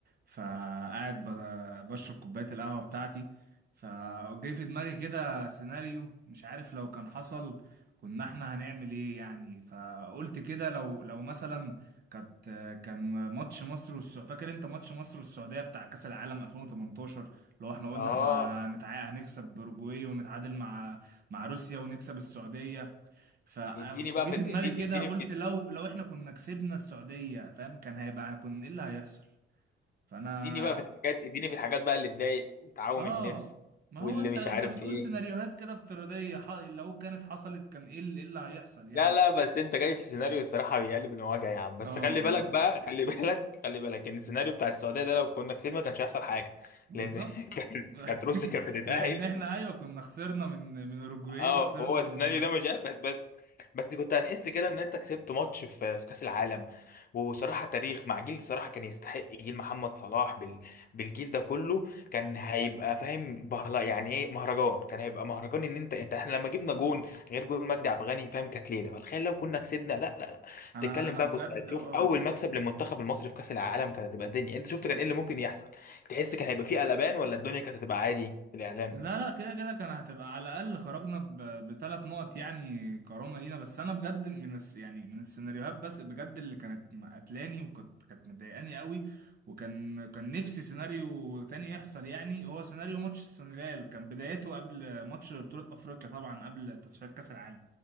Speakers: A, on the right; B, on the left.
A: فقاعد ب- بشرب كوبايه القهوه بتاعتي فجاي في دماغي كده سيناريو مش عارف لو كان حصل كنا احنا هنعمل ايه يعني فقلت كده لو لو مثلا كانت آه، كان ماتش مصر والسعوديه فاكر انت ماتش مصر والسعوديه بتاع كاس العالم 2018 لو احنا قلنا
B: اه
A: احنا هنتع... هنكسب اوروجواي ونتعادل مع مع روسيا ونكسب السعوديه فجه
B: اديني بقى في
A: في
B: ال...
A: دماغي
B: ادي-
A: كده
B: اديني
A: قلت لو لو احنا كنا كسبنا السعودية فاهم كان هيبقى كنا ايه اللي هيحصل فانا
B: اديني بقى في الحاجات اديني في الحاجات بقى اللي تضايق وتعوم
A: اه
B: النفس
A: ما
B: واللي
A: هو انت
B: مش
A: انت
B: عارف
A: بتقول
B: ايه
A: سيناريوهات كده افتراضية ح- لو كانت حصلت كان ايه اللي, إيه اللي هيحصل يعني
B: لا لا بس انت جاي في سيناريو الصراحة بيقلب المواجع يا عم بس
A: اه
B: خلي
A: والله
B: بالك بقى خلي <laughs> بالك خلي بالك ان السيناريو بتاع السعودية ده لو كنا كسبنا ما كانش هيحصل حاجة
A: بالظبط
B: لان <laughs> كانت
A: <laughs>
B: كانت روسيا كانت هتتأهل
A: لان احنا ايوه كنا خسرنا من من اوروجواي
B: اه
A: وخسرنا
B: هو
A: من
B: السيناريو
A: روسيا
B: ده مش بس بس بس دي كنت هتحس كده ان انت كسبت ماتش في في كاس العالم وصراحه تاريخ مع جيل الصراحه كان يستحق جيل محمد صلاح بال بالجيل ده كله كان هيبقى فاهم بهلا يعني ايه مهرجان كان هيبقى مهرجان ان انت انت احنا لما جبنا جون غير جون مجدي عبد الغني فاهم كانت ليله فتخيل لو كنا كسبنا لا لا لا
A: انا
B: تتكلم
A: انا
B: بقى
A: بجد
B: كنت هتشوف
A: اه
B: اول مكسب للمنتخب المصري في كاس العالم كانت هتبقى الدنيا انت شفت كان ايه اللي ممكن يحصل تحس كان هيبقى فيه قلبان ولا الدنيا كانت هتبقى عادي في الاعلام
A: لا لا كده كده كان هتبقى على الأقل خرجنا ب- بثلاث نقط يعني كرامة لينا بس أنا بجد من الس يعني من السيناريوهات بس بجد اللي كانت قتلاني وكانت كانت مضايقاني قوي وكان كان نفسي سيناريو تاني يحصل يعني هو سيناريو ماتش السنغال كان بدايته قبل ماتش بطولة أفريقيا طبعا قبل تصفيات كأس العالم